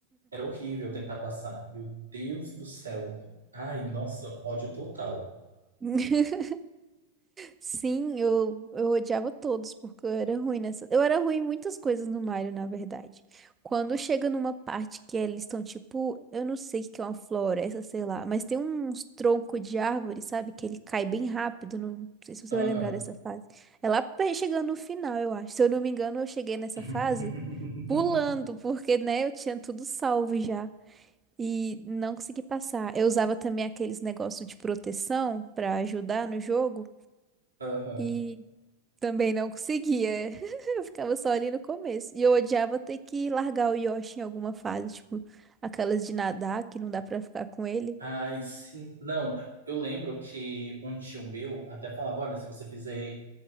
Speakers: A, on the right; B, on the right.
A: era horrível tentar passar. Meu Deus do céu. Ai, nossa, ódio total.
B: <laughs> Sim, eu, eu odiava todos, porque eu era ruim nessa. Eu era ruim em muitas coisas no Mario, na verdade. Quando chega numa parte que eles estão, tipo, eu não sei o que que é uma floresta, sei lá, mas tem uns troncos de árvore, sabe? Que ele cai bem rápido. Não sei se você
A: Aham.
B: vai lembrar dessa fase. É lá pe- chegando no final, eu acho. Se eu não me engano, eu cheguei nessa
A: <laughs>
B: fase pulando, porque, né, eu tinha tudo salvo já. E não consegui passar. Eu usava também aqueles negócios de proteção pra ajudar no jogo.
A: Aham.
B: E também não conseguia. <laughs> Eu ficava só ali no começo. E eu odiava ter que largar o Yoshi em alguma fase, tipo, aquelas de nadar que não dá pra ficar com ele.
A: Ai, sim. Não, eu lembro que um tio meu até falava: olha, se você fizer.